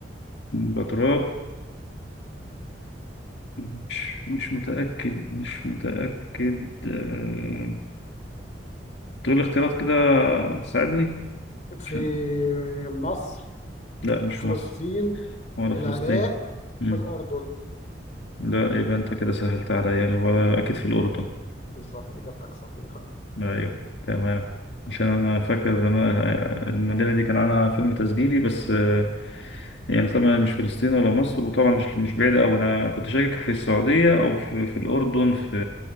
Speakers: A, on the left; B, on the left.
A: بتراء مش مش متاكد مش متاكد أه... تقول لي اختيارات كده تساعدني
B: في
A: عشان
B: مصر
A: لا مش
B: فلسطين
A: في مصر ولا
B: العراق
A: فلسطين مم.
B: الأردن
A: لا يبقى انت كده سهلت عليا اللي هو اكيد في الاردن
B: بالظبط إجابتك صحيحة
A: ايوه تمام عشان انا فاكر ان انا المدينه دي كان عنها فيلم تسجيلي بس آه، يعني طبعا مش فلسطين ولا مصر وطبعا مش مش بعيده او انا كنت شاكك في السعوديه او في, في الاردن في